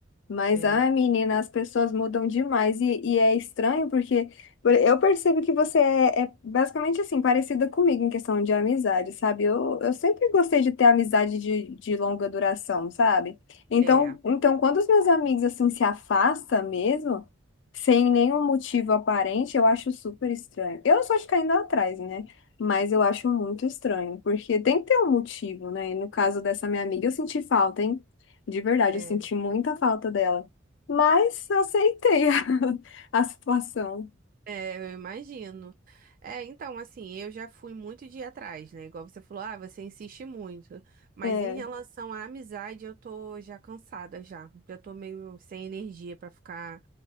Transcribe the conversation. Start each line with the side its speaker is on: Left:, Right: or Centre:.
Left: Mas,
Right: É,
Left: ai, menina, as pessoas mudam demais e, e é estranho porque por- eu percebo que você é, é basicamente assim, parecida comigo em questão de amizade, sabe? Eu, eu sempre gostei de ter amizade de, de longa duração, sabe? Então,
Right: é,
Left: então, quando os meus amigos assim se afastam mesmo, sem nenhum motivo aparente, eu acho super estranho. Eu não sou de ficar indo atrás, né? Mas eu acho muito estranho, porque tem que ter um motivo, né? E no caso dessa minha amiga, eu senti falta, hein? De verdade,
Right: é.
Left: eu senti muita falta dela. Mas aceitei <laughs> a, a situação.
Right: É, eu imagino. É, então, assim, eu já fui muito de ir atrás, né? Igual você falou, ah, você insiste muito. Mas
Left: É,
Right: em relação à amizade, eu tô já cansada já. Já tô meio sem energia pra ficar